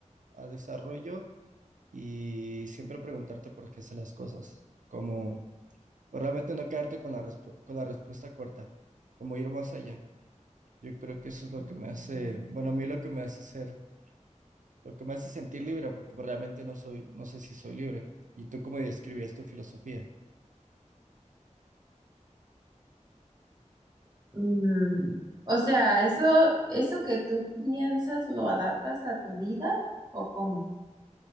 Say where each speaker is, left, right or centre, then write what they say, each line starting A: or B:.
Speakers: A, on the right (about 85°); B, on the right (about 35°).
A: a desarrollo y siempre preguntarte por qué haces las cosas, como pues, realmente no quedarte con la, respu- con la respuesta corta, como ir más allá. Yo creo que eso es lo que me hace, bueno, a mí lo que me hace ser, lo que me hace sentir libre, porque pues, realmente no soy, no sé si soy libre. ¿Y tú cómo describías tu filosofía?
B: Mm, o sea, eso, eso que tú piensas, ¿lo adaptas a tu vida o cómo?